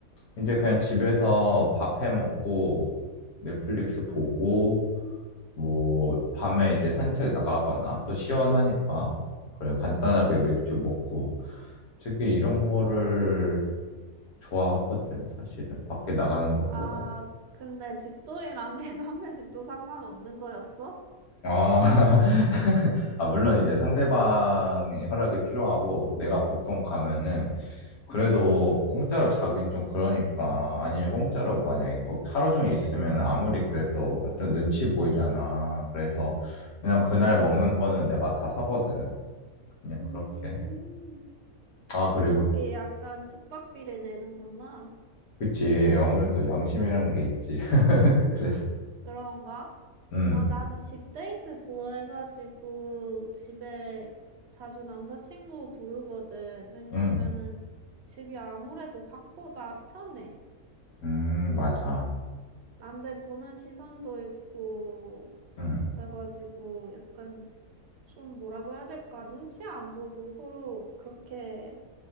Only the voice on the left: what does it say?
이제 그냥 집에서 밥해 먹고 넷플릭스 보고 뭐, 밤에 이제 산책 나가거나 또 시원하니까, 그래요. 간단하게
맥주 먹고 되게 이런 거를 좋아하거든, 사실은. 밖에 나가는 것보단.
아, <laughs> 아, 물론 이제 상대방의 허락이 필요하고, 내가 보통 가면은, 그래도
공짜로 자긴 좀 그러니까, 아니면 공짜로 만약에 거기 하루 종일 있으면 아무리 그래도 좀 눈치 보이잖아. 그래서 그냥 그날
먹는 거는 내가 다 사거든. 그냥
그렇게. 아, 그리고,
그치. 아무래도 양심이란 게 있지. <laughs> 그래서,
음,
음,
음, 맞아.
음,